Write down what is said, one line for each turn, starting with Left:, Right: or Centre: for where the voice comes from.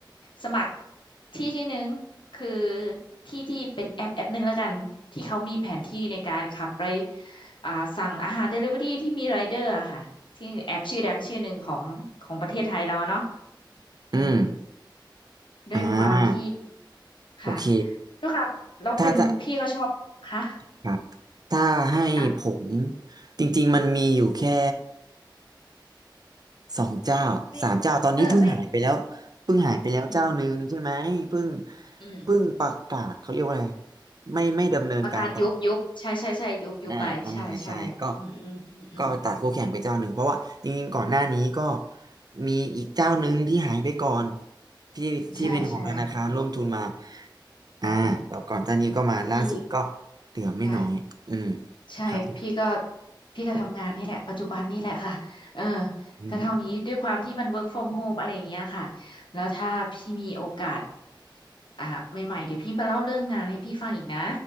Left: สมัครที่ที่หนึ่งคือที่ที่เป็นแอปแอปหนึ่งแล้วกันที่เขามีแผนที่ในการขับไป อ่าสั่งอาหารเดลิเวอรี่ที่มีไรเดอร์อะค่ะที่แอปชื่อดังชื่อหนึ่งของของประเทศไทยเราอะเนาะอืม
Right: อืม
Left: ด้วยความที่
Right: อ่า
Left: ค่ะ
Right: โอเค
Left: ด้วยความเรับแล้วเป็นพี่ก็ชอบค่ะ
Right: ถ้าถ้า ครับถ้าให้ผม
Left: อ่ะ
Right: จริงๆมันมีอยู่แค่สองเจ้าสามเจ้าตอนนี้เพิ่งหายไปแล้วเพิ่งหายไปแล้วเจ้าหนึ่งใช่ไหมเพิ่ง
Left: ไม่เออไม่อืมอืม
Right: เพิ่งประกาศเขาเรียกว่าอะไรไม่ไม่ดำเนินการต่อ
Left: ประกาศยุบยุบใช่ใช่ใช่ยุบยุบไปใช่ใช่อืมอืมอืมอืม
Right: อ่าอ่าใช่ก็ก็ตัดคู่แข่งไปเจ้าหนึ่งเพราะว่าจริงๆก่อนหน้านี้ก็มีอีกเจ้าหนึ่งที่หายไปก่อนที่ที่เป็นของธนาคารร่วมทุนมา
Left: ใช่ใช่
Right: อ่าแล้วก่อนตอนนี้ก็มาล่าสุดก็
Left: อ่ะพี่
Right: เหลือไม่น้อยอืม
Left: ได้ ใช่พี่ก็
Right: ครับผม
Left: พี่ก็ทำงานนี่แหละปัจจุบันนี่แหละค่ะเออ
Right: อืม
Left: ก็เท่านี้ด้วยความที่มัน work from home อะไรอย่างเงี้ยค่ะแล้วถ้าพี่มีโอกาสอ่าใหม่ๆเดี๋ยวพี่ไปเล่าเรื่องงานให้พี่ฟังอีกนะ